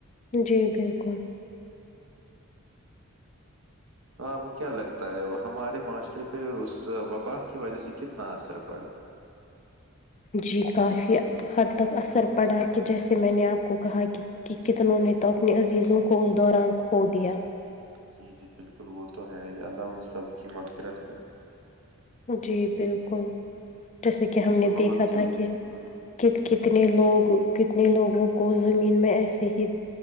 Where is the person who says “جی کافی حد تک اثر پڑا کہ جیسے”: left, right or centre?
Left